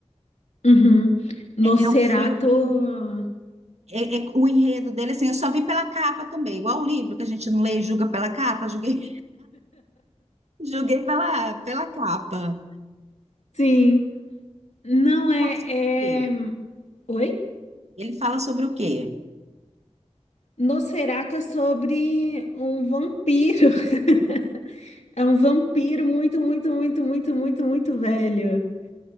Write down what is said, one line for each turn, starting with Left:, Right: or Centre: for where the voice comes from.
Left: Uhum. Nosferatu,
Right: É um filme, é- é- o enredo dele, assim, eu só vi pela capa também, igual o livro que a gente não lê e julga pela capa, julguei, <laughs> julguei pela, pela capa.
Left: sim. Não é,
Right: Fala sobre o quê?
Left: é... Oi?
Right: Ele fala sobre o quê?
Left: Nosferatu é sobre um vampiro. <laughs> É um vampiro muito, muito, muito, muito, muito, muito velho.